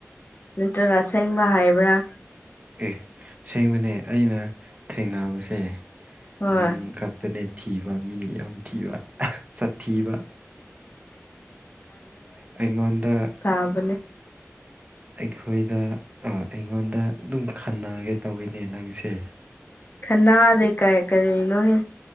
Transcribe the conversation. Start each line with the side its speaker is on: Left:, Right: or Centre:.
Left: ꯅꯠꯇ꯭ꯔꯒ ꯑꯁꯦꯡꯕ ꯍꯥꯏꯕ꯭ꯔꯥ
Right: ꯑꯦ ꯁꯦꯡꯕꯅꯦ ꯑꯩꯅ ꯊꯦꯡꯅꯕꯁꯦ
Left: ꯍꯣꯏ
Right: ꯅꯪ ꯈꯛꯇꯅꯦ ꯊꯤꯕ ꯃꯤ ꯌꯥꯝ ꯊꯤꯕ ꯁꯥꯠꯊꯤꯕ ꯑꯩꯉꯣꯟꯗ
Left: ꯇꯥꯕꯅꯦ
Right: ꯑꯩꯈꯣꯏꯗ ꯑꯥ ꯑꯩꯉꯣꯟꯗ ꯑꯗꯨꯝ ꯈꯟꯅꯒꯦ ꯇꯧꯋꯤꯅꯦ ꯅꯪꯁꯦ
Left: ꯈꯟꯅꯥꯗꯦ ꯀꯥꯏ ꯀꯔꯤꯅꯣꯍꯦ